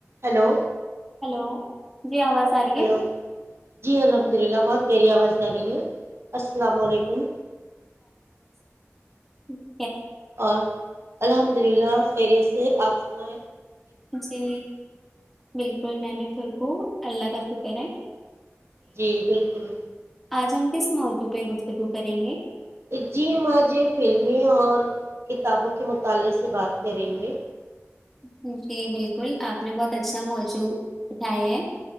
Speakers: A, on the right; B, in the centre.
A: hello
B: hello جی آواز آ رہی
A: ہلو
B: ہے
A: جی الحمد للہ بہت پری آواز رہ ہے السلام علیکم
B: جی
A: اور الحمد للہ خیریے سے آپس میں
B: جی بالکل میں بھی تھکوں اللہ کا شکر ہے
A: جی بالکل
B: آج ہم کس موضع پہ گفتگو کریں گے
A: جی ہم آج فلمیں اور کتابوں کے مطالعے سے بات کریں گے
B: جی بالکل آپ نے بہت اچھا موجوع اٹھاائے ہے